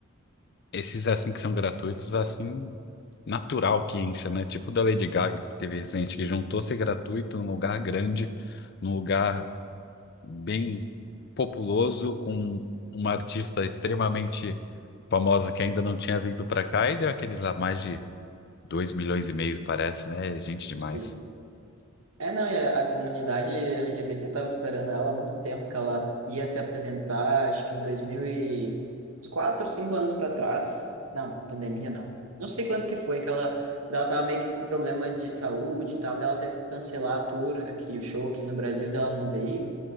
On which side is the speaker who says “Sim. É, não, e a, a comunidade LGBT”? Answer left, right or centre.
Right